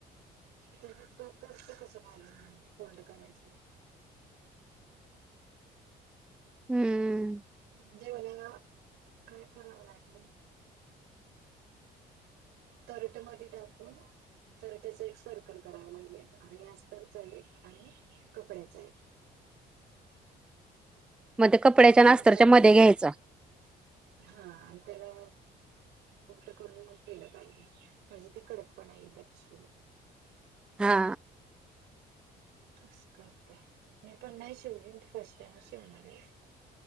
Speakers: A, on the right (about 90°); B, in the centre.
A: त्या तो तो तर कसा होल्ड करायच <unintelligible>
B: हम्म
A: म्हणजे मला काय करावं लागेल तरटमध्ये टाकून तरटचा एक सर्कल करावं लागेल आणि अस्तरच एक आणि कपड्याचा एक
B: मग ते कपड्याच्या
A: थोडीशी
B: आणि अस्तरच्या
A: जागा
B: मध्ये घ्यायचं
A: हा आणि त्याला गुट करून मग केलं पाहिजे म्हणजे ते कडकपणा येईल त्या पिशवीला
B: हा
A: तसं करते मी पण नाही शिवली फर्स्ट टाइमच शिवणार आहे